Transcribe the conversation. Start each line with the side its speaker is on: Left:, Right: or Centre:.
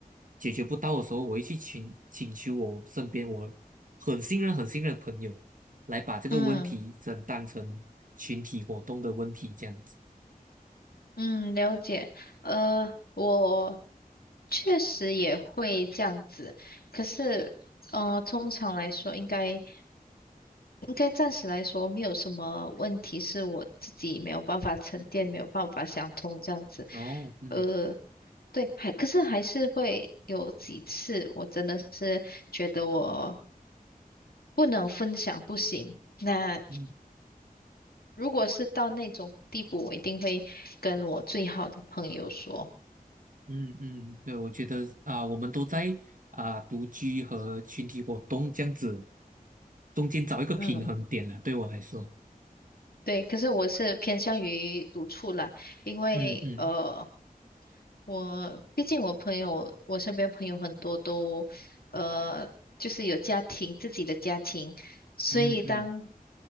Right: 解决不到的时候，我会去请请求我身边我很信任、很信任的朋友来把这个问题真当成群体活动的问题这样子。
Left: 嗯。嗯，了解。呃，我确实也会这样子，可是，呃，通常来说，应该应该暂时来说没有什么问题，是我自己没有办法沉淀，没有办法想通这样子。
Right: 哦，嗯
Left: 呃，对，还可是还是会有几次，我真的是觉得我不能分享，不行。那
Right: 嗯
Left: 如果是到那种地步，我一定会跟我最好的朋友说。
Right: 嗯嗯，对，我觉得啊、我们都在啊、独居和群体活动这样子中间找一个平衡点了，
Left: 嗯。
Right: 对我来说。
Left: 对，可是我是偏向于独处啦，因为呃，
Right: 嗯嗯
Left: 我毕竟我朋友，我身边朋友很多都呃，就是有家庭，自己的家庭，所以当
Right: 嗯嗯